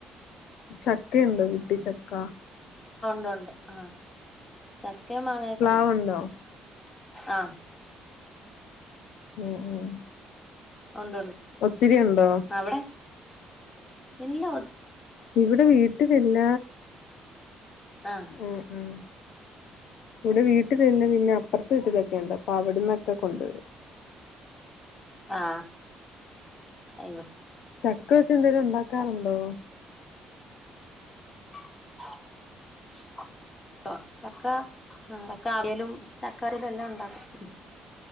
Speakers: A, on the left (about 80°); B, on the left (about 25°).
A: ച ക്കണ്ട് വീട്ടിച്ചക്ക
B: ണ്ട്ണ്ട് ആ ചക്കയും മാങ്ങായെക്കൊണ്ട്
A: പ്ലാവുണ്ടോ
B: ആ
A: ഉം ഉം
B: ഉണ്ട് ഉണ്ട്
A: ഒത്തിരി ഉണ്ടോ
B: അവിടെ ഇല്ല ഒ
A: ഇവിടെ വീട്ടിലില്ല
B: ആഹ്
A: ഉം ഉം ഇവിടെ വീ ട്ടിലില്ല പിന്നെ അപെർത്തെ വീട്ടിലൊക്കെ യുണ്ട് അവിടന്നൊക്കെ കൊണ്ടുവരും
B: ആ ഇവ
A: ചക്ക വെച്ച് എന്തേലുണ്ടാക്കാറുണ്ടോ
B: <unintelligible> ചക്ക ചക്കവിയലും ചക്ക <unintelligible> എല്ലാം ഉണ്ടാക്കും